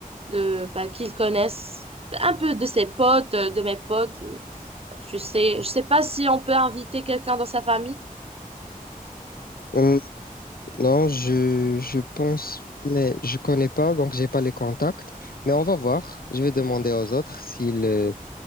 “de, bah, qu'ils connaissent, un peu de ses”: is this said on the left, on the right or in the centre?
Right